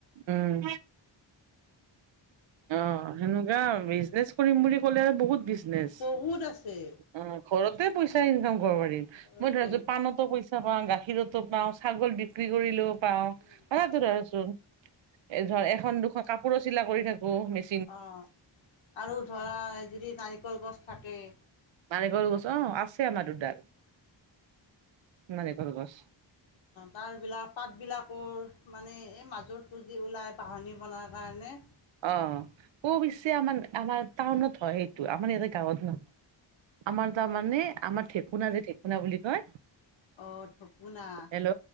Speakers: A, on the right; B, on the left.
A: উম। অ', সেনেকুৱা বিজনেচ কৰিম বুলি ক'লে বহুত বিজনেচ
B: বহুত আছে
A: অ'। ঘৰতে পইচা ইনকাম কৰিব পাৰিম
B: ঘৰতে
A: মই ধৰাছো পানত পইচা পাওঁ গাখীৰতো পাওঁ ছাগল বিক্ৰী কৰিলেও পাওঁ
B: উম
A: কথাটো
B: উম,
A: ধৰা চোন। এ ধৰ এখন দুখন কাপোৰো চিলাই কৰি থাকো মে
B: অ', আৰু ধৰা যদি নাৰিকল গছ থাকে।
A: নাৰিনকল গছ অ', আছে আমাৰ দুডাল নাৰিকল গছ
B: তাৰবিলাক পাতবিলাকৰ মানে এই মাজত পুঁজি ওলাই বাহনি বনোৱাৰ কাৰণে
A: অ', অছে আমাৰ আমাৰ টাউনত হয় সেইটো আমাৰ ইয়াতে গাঁৱত নহয় আমাৰ তাৰমানে আমাৰ ঠেকুনা যে ঠেকুনা বুলি কয়
B: অ ঢকুনা
A: হেল্ল'